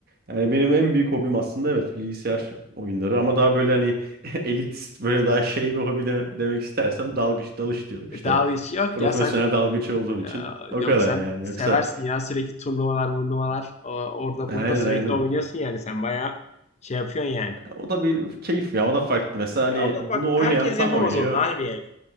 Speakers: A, on the right (about 50°); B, on the left (about 35°).
A: Yani benim en büyük hobim aslında evet bilgisayar oyunları ama daha böyle hani <laughs> elitist böyle daha şey bir hobi de- demek istersem dalgıç dalış diyorum
B: E,
A: işte.
B: Daha hiç yok
A: Profesyonel
B: ya sen
A: dalgıç olduğum için
B: e,
A: o
B: yok
A: kadar
B: sen
A: yani
B: seversin
A: yoksa
B: ya sürekli turnuvalar, turnuvalar orada
A: aynen
B: burada sürekli
A: aynen.
B: oynuyorsun yani sen bayağı şey yapıyorsun yani.
A: O da bir keyif ya o da farklı. Mesela hani
B: Ya o da
A: bunu
B: bak herkes
A: oynayan tam
B: yapamaz
A: oynuyor.
B: onu da harbi yani.